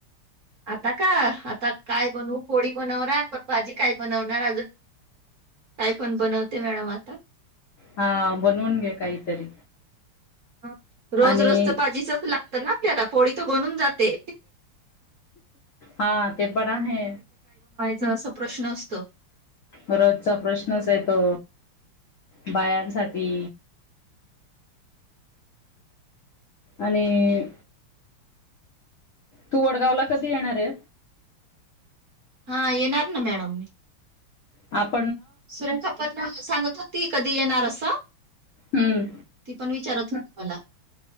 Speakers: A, on the right; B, on the left.
A: आता का, आता काय बनू पोळी बनवणार पण भाजी काय बनवणार अजून. काय पण बनवते मॅडम आता
B: हा बनवून घे काहीतरी.
A: ह रोज
B: आणि
A: रोज तर पाजीचच लागतं ना. त्याला पोळी त बनून जाते
B: हा ते पण आहे.
A: ज अस प्रश्न असतं.
B: रजचा प्रश्नच येतो, बायांसाठी. आणि तू वडगाव ला कधी येणार आहे.
A: हा येणार ना मॅडम.
B: आप
A: सुरेखा पण ना. सांगत होती कधि येणार अस.
B: हम्म
A: ती पण विचारत अला